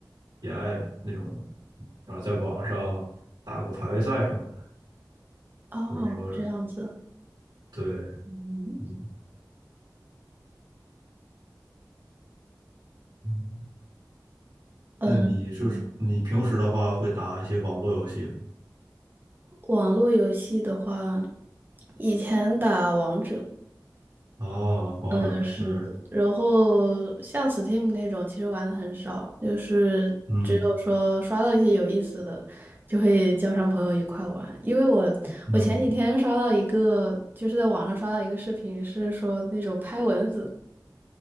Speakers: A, on the right; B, on the right.
A: 也爱那种，然后在网上打个排位赛什么的，
B: 哦，
A: 或者说
B: 这样子。
A: 对，
B: 嗯
A: 嗯嗯。
B: 嗯，
A: 那你就是你平时的话会打一些网络游戏吗？
B: 嗯网络游戏的话，以前打王者，
A: 哦，王者是不是？
B: 嗯，是的。然后像 Steam 那种，其实玩的很少，就是只有说刷到一些有意思的，
A: 嗯
B: 就会叫上朋友一块玩。因为我我前几天刷到一个，
A: 嗯，
B: 就是在网上刷到一个视频，是说那种拍蚊子。